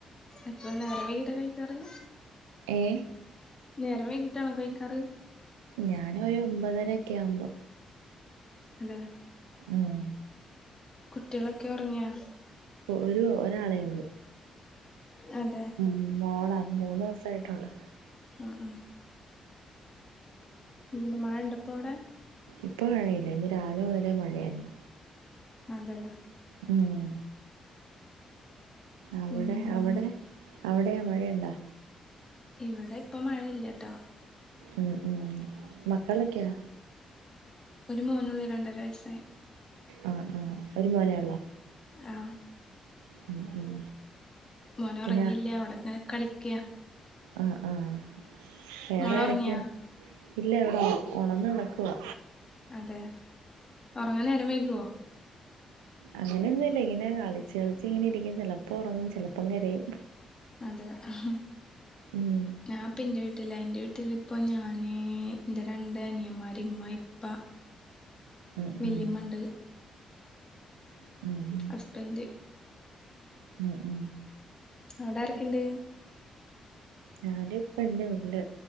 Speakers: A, on the left; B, on the right.
A: എപ്പഴു നേരം വൈകീട്ട കഴിക്കാറ്?
B: ഏഹ്.
A: നേരം വൈകിട്ടാണോ കഴിക്കാറ്?
B: ഞാന് ഒരു ഒമ്പതെരക്കെ ആമ്പോ.
A: ഹലോ ഹ
B: ഉം.
A: കുട്ടോളൊക്കെ ഒറങ്ങിയാ?
B: ഒരു ഒരാളേ ഉള്ളൂ.
A: അതെ.
B: മ് മോളാ മൂന്ന് വസായിട്ടുള്ളൂ.
A: ആഹ് ആഹ് ഇന്ന് മഴണ്ടൊപ്പവടെ?
B: ഇപ്പോ മഴയില്ല ഇന്ന് രാവിലെ മുതലെ മഴയായിരുന്നു.
A: അതെയ
B: ഉം അവിടെ
A: എന്താണ്
B: അവിടെ. അവിടെയോ മഴയുണ്ടോ?
A: ഇവിടെ ഇപ്പ മഴയില്ല്യട്ടോ.
B: ഉം ഉം മക്കളൊക്കെയോ?
A: ഒരു മോനൊള്ളൂ രണ്ടര വയസ്സായി.
B: ആഹ് ആഹ് ഒരു മോനേ ഒള്ളോ
A: ആ
B: ഉം ഉം.
A: മോനൊറങ്ങിയില്ല്യ
B: പിന്നെ
A: അവിടങ്ങനെ കളിക്ക്യ.
B: ആഹ് ആഹ് വേറെ
A: മോള്
B: ആരൊക്കെയൊണ്ട്?
A: ഉറങ്ങിയാ
B: ഇല്ല ഇവിടെ ഒണന്ന് കെടക്കുവാ.
A: അതെ, ഒറങ്ങാൻ നേരം വൈകുവോ?
B: അങ്ങനെയൊന്നുല്ല ഇങ്ങനെ കളിച്ച് കളിച്ച് ഇങ്ങനെ ഇരിക്കും ചെലപ്പോ ഒറങ്ങും ചെലപ്പം കരയും.
A: അതെയൊ ആഹ്
B: ഉം
A: ഞാൻ ഇപ്പം ഇന്റെ വീട്ടിലാ ഇന്റെ വീട്ടിലിപ്പ ഞാന് ഇന്റെ രണ്ട് അനിയൻമാര് ഇമ്മ ഇപ്പ.
B: ഉം
A: വെല്യമ്മണ്ട്.
B: ഉം ഉം
A: ഹസ്ബന്റ്.
B: ഉം ഉം ഉം
A: അവിടാരൊക്കെയുണ്ട്?
B: ഞാനിപ്പ ഇൻറെ വീട്ടില്